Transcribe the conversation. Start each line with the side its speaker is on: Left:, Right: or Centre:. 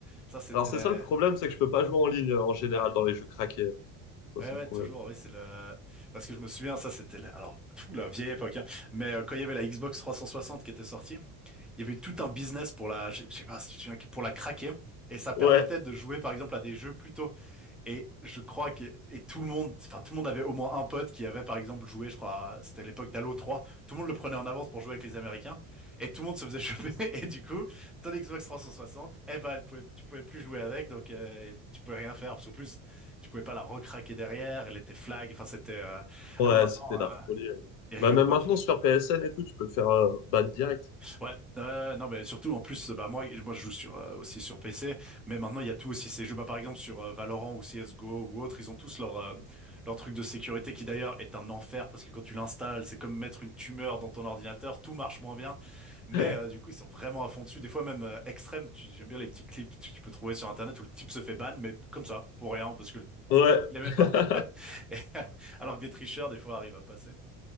Centre: ça, c'était.
Left: Alors c'est ça le problème, c'est que je peux pas jouer en ligne euh, en général
Centre: Ouais,
Left: dans les jeux craqués. Ça
Centre: ouais,
Left: c'est
Centre: ouais,
Left: le problème.
Centre: toujours. Oui, c'est le. Parce que je me souviens, ça, c'était. le- Alors, tout la vieille époque. hein. Mais euh, quand il y avait la Xbox trois cent soixante qui était sortie, il y avait eu tout un business pour la. Je je sais pas si tu te souviens, pour la craquer. Et ça permettait
Left: Ouais.
Centre: de jouer, par exemple, à des jeux plutôt Et je crois que et tout le monde, enfin tout le monde avait au moins un pote qui avait par exemple joué, je crois, c'était à l'époque d'Halo trois. Tout le monde le prenait en avance pour jouer avec les Américains et tout le monde se faisait choper. <laughs> Et du coup, ton Xbox trois cent soixante, eh ben, elle pouvait, tu pouvais plus jouer avec, donc euh, et tu pouvais rien faire parce qu'en plus, tu pouvais pas la recraquer derrière. Elle était flag. Enfin, c'était. euh,
Left: Ouais,
Centre: Ah non, maintenant,
Left: c'était la
Centre: euh,
Left: folie. euh.
Centre: ils rigolent
Left: Bah même
Centre: pas
Left: maintenant
Centre: trop.
Left: sur PSN et tout, tu peux te faire euh, ban direct.
Centre: Ouais, euh, non mais surtout en plus bah moi moi je joue sur euh, aussi sur PC mais maintenant il y a tout aussi ces jeux bah par exemple sur euh, Valorant ou CS:GO ou autre ils ont tous leur euh, leur truc de sécurité qui d'ailleurs est un enfer parce que quand tu l'installes c'est comme mettre une tumeur dans ton ordinateur tout marche moins bien mais
Left: <laughs>
Centre: euh, du coup ils sont vraiment à fond dessus des fois même euh, extrême tu- j'aime bien les petits clips que tu peux trouver sur internet où le type se fait ban mais comme ça pour rien parce que
Left: Ouais.
Centre: il aimait
Left: <laughs>
Centre: pas <laughs> Et, alors que des tricheurs des fois arrivent à passer